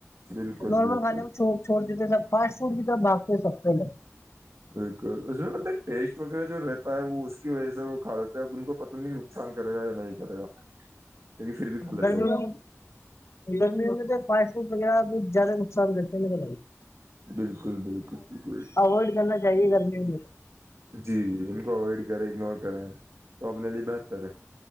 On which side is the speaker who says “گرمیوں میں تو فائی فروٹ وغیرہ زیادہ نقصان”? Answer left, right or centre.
Left